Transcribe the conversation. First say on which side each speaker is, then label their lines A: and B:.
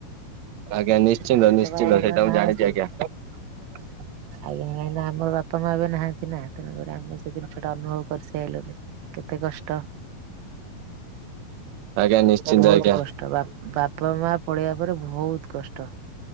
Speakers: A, on the right (about 70°); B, on the right (about 85°).
A: ଆଜ୍ଞା ନିଶ୍ଚିନ୍ତ
B: ଆମର
A: ନିଶ୍ଚିନ୍ତ
B: ତ ବାପା
A: ସେଇଟା
B: ମାଆ
A: ମୁଁ
B: ନାହାନ୍ତି
A: ଜାଣିଛି ଆଜ୍ଞା।
B: <unintelligible> କାହିଁ ନା ଆମର ବା ପା ମାଆ ଏବେ ନାହାନ୍ତି ନା ତେଣୁକରି ଆମେ ସେ ଜିନିଷଟା ଅନୁଭବ କରି ସାଇଁଲୁଣୁ, କେତେ କଷ୍ଟ।
A: ଆଜ୍ଞା ନିଶ୍ଚିନ୍ତ
B: ବହୁତ
A: ଆଜ୍ଞା
B: କଷ୍ଟ ବା-ବାପା ମାଆ ପଳେଇବା ପରେ ବହୁତ କଷ୍ଟ।